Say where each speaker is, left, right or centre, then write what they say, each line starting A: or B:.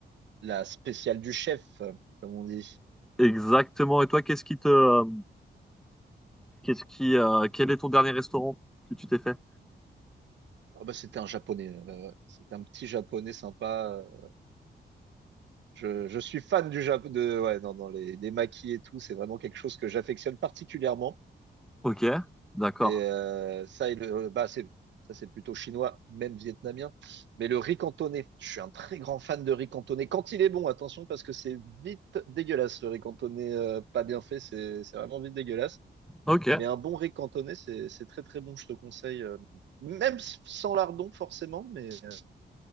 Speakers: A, on the right; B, in the centre.
A: La spéciale du chef, euh, comme on dit.
B: Exactement. Et toi, qu'est-ce qui te, euh, qu'est-ce qui, euh, quel est ton dernier restaurant que tu t'es fait?
A: Ah bah, c'était un japonais. euh, c'était un petit japonais sympa. euh, Je, je suis fan du Japon. De, ouais, dans dans les, les maquis et tout, c'est vraiment quelque chose que j'affectionne particulièrement.
B: Ok, d'accord.
A: Et euh, ça, et le, bah, c'est, ça, c'est plutôt chinois, même vietnamien. Mais le riz cantonais, je suis un très grand fan de riz cantonais. Quand il est bon, attention, parce que c'est vite dégueulasse. Le riz cantonais euh, pas bien fait, c'est, c'est vraiment vite dégueulasse.
B: Ok,
A: Mais un bon riz cantonais, c'est, c'est très très bon, je te conseille. euh, même s- sans lardon, forcément, mais euh,